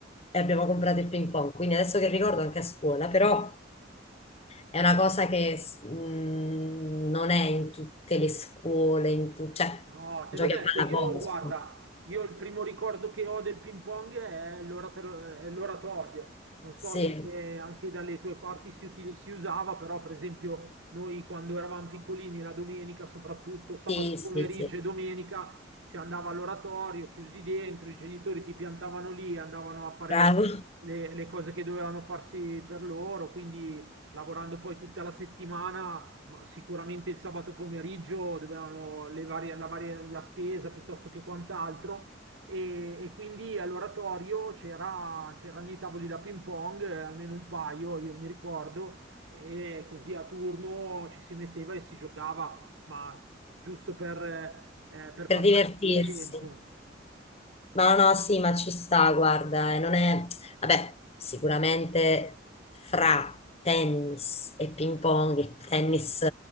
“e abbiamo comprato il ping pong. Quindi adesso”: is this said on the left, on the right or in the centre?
Left